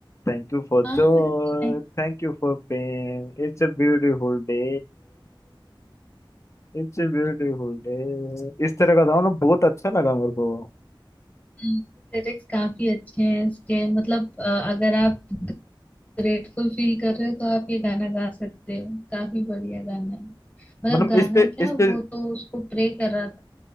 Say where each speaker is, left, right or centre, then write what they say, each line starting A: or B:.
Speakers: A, on the left; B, on the left.
A: thank you for
B: हाँ
A: Joy
B: मतलब
A: thank you for pen it's a beautiful day it's a beautiful day इस तरह का था मतलब बहुत अच्छा लगा मेरे को
B: लिरिक्स काफी अच्छे हैं इसके मतलब अ, अगर आप ग्रेटफुल फील कर रहे हो तो आप ये गाना गा सकते हो काफी बढ़िया गाना है मतलब
A: मतलब
B: गाना
A: इस पे
B: क्या
A: इस
B: वो
A: पे
B: तो उसको प्रे कर रहा था